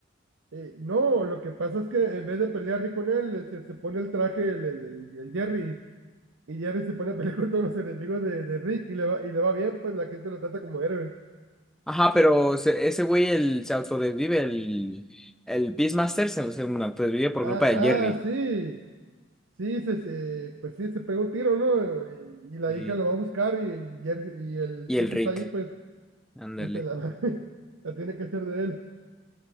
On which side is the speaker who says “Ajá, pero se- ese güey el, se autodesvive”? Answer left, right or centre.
Centre